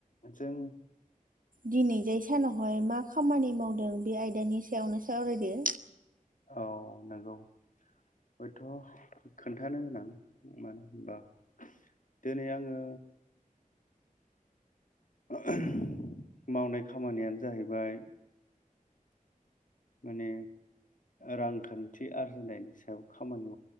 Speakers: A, on the left (about 65°); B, on the right (about 75°).
A: जों
B: दिनैजाय सानावहाय मा खामानि मावदों बे आयदानि सायावनो सावरायदो
A: औ नंगौ हयथ' खोन्थानो गोनां मानो होनबा दिनै आङो आहाम मावनाय खामानियानो जाहैबाय माने रांखान्थि आरजिनायनि सायाव खामानि